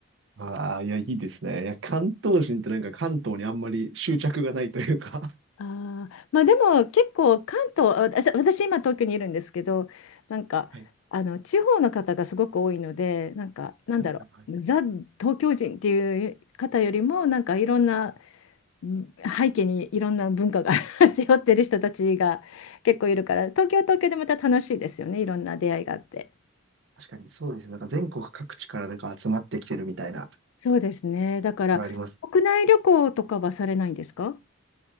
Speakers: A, on the right (about 60°); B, on the left (about 80°).
A: ああ、いや、いいですね。いや、関東人ってなんか関東にあんまり執着がないというか。
B: あーまあでも結構関東あ私私今東京にいるんですけどなんかあの地方の方がすごく多いのでなんかなんだろうザ・
A: <laughs> はいはいはいはい
B: 東京人っていう方よりもなんかいろんなん背景にいろんな文化が <laughs> 背負ってる人たちが <laughs> 結構いるから東京は東京でまた楽しいですよねいろんな出会いがあって
A: 確かにそうですね。なんか全国各地からなんか集まってきてるみたいなと
B: そうですねだから国内旅行とかはされないんですか
A: ころあります。